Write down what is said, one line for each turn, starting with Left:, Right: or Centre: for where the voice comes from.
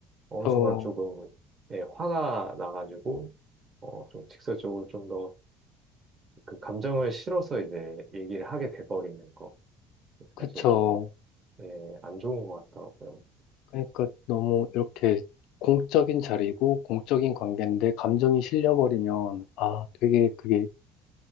Right: 어느
Left: 어,
Right: 순간 조금 예, 화가 나가지고 어, 좀 직설적으로 좀 더 그 감정을 실어서 이제 얘기를 하게 돼버리는 거
Left: 그쵸.
Right: 사실 좀 예, 안 좋은 것 같더라고요.
Left: 그러니까 너무 이렇게 공적인 자리고 공적인 관계인데 감정이 실려버리면, 아, 되게 그게,